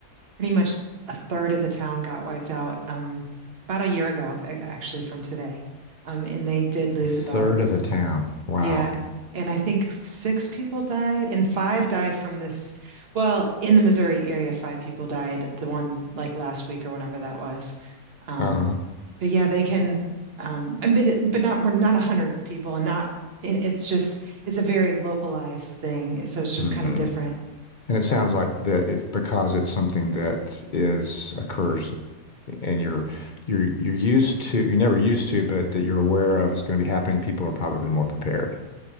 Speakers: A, on the right; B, on the left.
A: pretty much a third of the town got wiped out um, about a year ago, a- actually, from today. Um, and they did lose
B: A third
A: about,
B: of
A: s-
B: the town. Wow.
A: yeah. And I think six people died, and five died from this. Well, in the Missouri area, five people died, the one like last week or whenever that was. Um,
B: Uh-huh.
A: but yeah, they can, um, and but, it, but not, we're not 100 people, and not, it, it's just, it's a very localized thing. So it's just
B: Mm-hmm.
A: kind of different.
B: And it sounds
A: But
B: like that it because it's something that is occurs and you're you're you're used to you're never used to, but that you're aware of is going to be happening, people are probably more prepared.